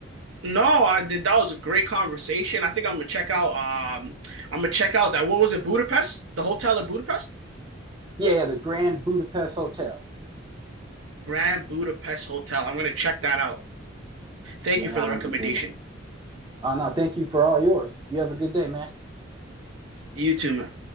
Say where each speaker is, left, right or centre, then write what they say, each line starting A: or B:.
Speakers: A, on the right (about 75°); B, on the right (about 20°).
A: no, I did. That was a great conversation. I think I'm gonna check out. Um, I'm gonna check out that. What was it? Budapest? The hotel in Budapest?
B: Yeah, yeah, the Grand Budapest Hotel.
A: Grand Budapest Hotel. I'm gonna check that out. Thank
B: Yeah,
A: you for
B: that
A: the recommendation.
B: one's a good one. Oh no, thank you for all yours. You have a good day, man.
A: You too, man.